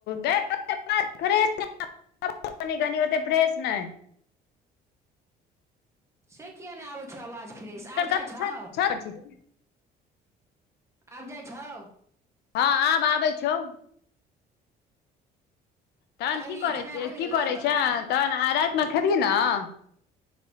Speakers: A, on the left (about 75°); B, on the right (about 15°).
A: गै ओ फ्रेश नै <unintelligible> ओते फ़्रेस नै।
B: से किये नै आबै छौ आवाज फ्रेश
A: एखन
B: आब
A: कतऽ
B: जाइ छौ?
A: <unintelligible>
B: आब जाइ छौ।
A: हँ आब आबै छौ। तहन
B: कही
A: की करै
B: खेनाइ
A: छी
B: बनि गेलौ
A: की करै
B: तोरा
A: छें तहन आय रैत मे खेबही नऽ?